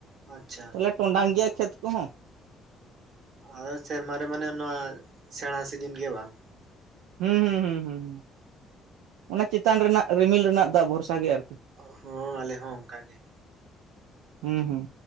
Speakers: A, on the right (about 60°); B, on the right (about 80°).
A: ᱟᱪᱪᱷᱟ
B: ᱛᱚᱞᱮ ᱴᱚᱸᱰᱟᱱ ᱜᱮᱭᱟ ᱠᱷᱮᱛ ᱠᱚᱦᱚᱸ
A: ᱟ ᱥᱮᱨᱢᱟ ᱨᱮ ᱢᱟᱱᱮ ᱱᱚᱣᱟ ᱥᱮᱬᱟ ᱥᱤᱡᱤᱱ ᱜᱮ ᱵᱟᱝ
B: ᱦᱩᱸ ᱦᱩᱸ ᱦᱩ ᱦᱩ ᱚᱱᱟ ᱪᱮᱛᱟᱱ ᱨᱮᱱᱟᱜ ᱨᱤᱢᱤᱞ ᱨᱮᱱᱟᱜ ᱫᱟᱜ ᱵᱷᱚᱨᱥᱟ ᱜᱮ ᱟᱨᱠᱤ
A: ᱦᱚᱸ ᱟᱞᱮ ᱦᱚᱸ ᱚᱱᱠᱟᱜ ᱜᱮ
B: ᱦᱩᱸ ᱦᱩᱸ